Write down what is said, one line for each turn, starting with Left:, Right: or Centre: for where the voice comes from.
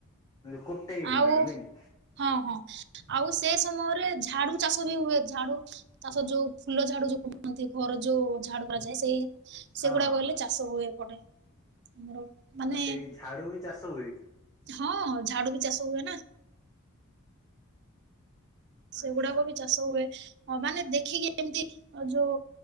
Left: କୁଟେଇକିନା
Right: ଆଉ
Left: ନାଇଁ କି
Right: ହଁ ହଁ। ଆଉ ସେ ସମୟରେ ଝାଡୁ ଚାଷ ବି ହୁଏ ଝାଡୁ। ଚାଷ ଯୋଉ ଫୁଲ ଝାଡୁ ଯୋଉ କୁହନ୍ତି ଘର ଯୋଉ ଝାଡୁ କରାଯାଏ। ସେଇ ସେଗୁଡାକ
Left: ହଁ ହଁ ହଁ।
Right: ହେଲେ ଚାଷ ହୁଏ ଏପଟେ। ଆମର ମାନେ
Left: ଆଉ ସେଇ ଝାଡୁ ବି ଚାଷ ହୁଏ।
Right: ହଁ ଝାଡୁ ବି ଚାଷ ହୁଏ ନାଁ। ସେଗୁଡାକ
Left: ଆଚ୍ଛା
Right: ବି ଚାଷ ହୁଏ। ହଁ ମାନେ ଦେଖିକି ଏମତି ଯୋଓ